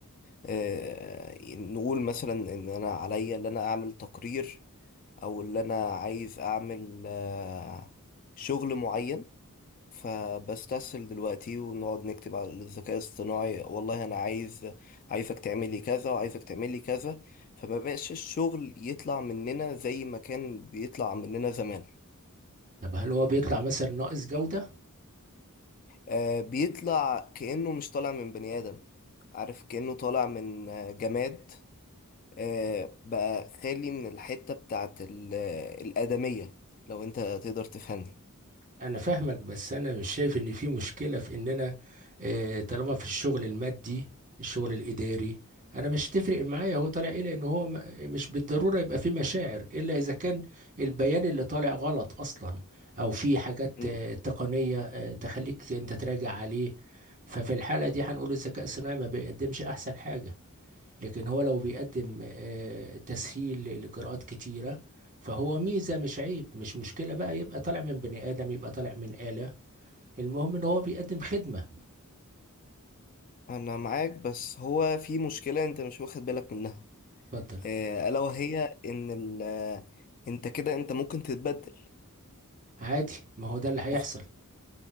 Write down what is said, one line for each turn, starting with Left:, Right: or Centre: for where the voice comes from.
Left: اه نقول مثلا ان انا عليا ان انا اعمل تقرير او ان انا عايز اعمل آه، شغل معين فبستسهل دلوقتي ونقعد نكتب على الذكاء الاصطناعي والله انا عايز عايزك تعملي كذا وعايزك تعملي كذا فما بقاش الشغل يطلع مننا زي ما كان بيطلع مننا زمان
Right: طب هل هو بيطلع مثلا ناقص جودة؟
Left: آه بيطلع كأنه مش طالع من بني آدم عارف كأنه طالع من آه، جماد آه بقى خالي من الحتة بتاعت ال- آه، الآدمية لو انت تقدر تفهمني
Right: انا فاهمك بس انا مش شايف ان في مشكله في اننا آه، طالما في الشغل المادي الشغل الاداري انا مش تفرق معايا هو طالع ايه لان هو م- مش بالضروره يبقى في مشاعر الا اذا كان البيان اللي طالع غلط اصلا او في حاجات
Left: م.
Right: آه، تقنيه آه، تخليك انت تراجع عليه ففي الحاله دي هنقول الذكاء الصناعي ما بيقدمش احسن حاجه لكن هو لو بيقدم آه، تسهيل لإجراءات كتيرة فهو ميزة مش عيب مش مشكلة بقى يبقى طالع من بني آدم يبقى طالع من آلة المهم إن هو بيقدم خدمة
Left: انا معاك بس هو في مشكلة انت مش واخد بالك منها
Right: اتفضل
Left: آه، الا وهي ان ال آه، انت كده انت ممكن تتبدل
Right: عادي ما هو ده اللي هيحصل
Left: وف-